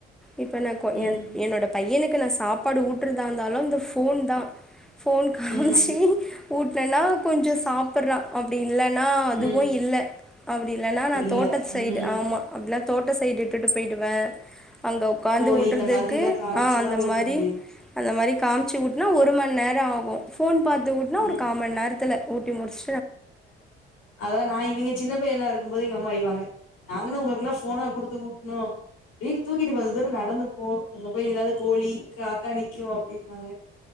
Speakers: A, in the centre; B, on the left (about 55°).
A: இப்ப நாகொ
B: ம்
A: ஏ என்னோட பையனுக்கு நா சாப்பாடு ஊட்டுறதா இருந்தாலு இந்த ஃபோன் தா ஃபோன் காமிச்சி
B: ம்
A: ஊட்னனா கொஞ்சோ சாப்புற்றா அப்டி இல்லன்னா அதுவு
B: ம்
A: இல்ல அப்டி இல்லனா நா
B: இல்ல
A: தோட்டச்
B: ம்
A: ஆமா அப்டிலா தோட்ட சைடு ட்டுட்டு போயிடுவே அங்க உக்காந்து
B: கோழி
A: ஊட்றதுக்கு
B: இந்த மாதிரில்லா காமிச்சுதா
A: ஆ அந்த
B: ஊட்ட
A: மாரி
B: முடியும்
A: அந்த மாரி காமிச்சு
B: ம்
A: ஊட்னா ஒரு மணி நேர ஆகு ஃபோன் பாத்து ஊட்னா ஒரு
B: ம்
A: கா மணி நேரத்ல ஊட்டி முடிச்சு
B: அதா நா இவுங்க சின்ன பையனா இருக்கும் போது எங்கம்மா வைவாங்க நாங்கென்னா ஒங்களுக்கலா ஃபோனா குடுத்து ஊட்ணோ இப்டியே தூக்கிட்டு கொஞ்ச தூரோ நடந்து போ அங்க போயி ஏதாது கோழி காக்கா நிக்கு அப்டிம்பாங்க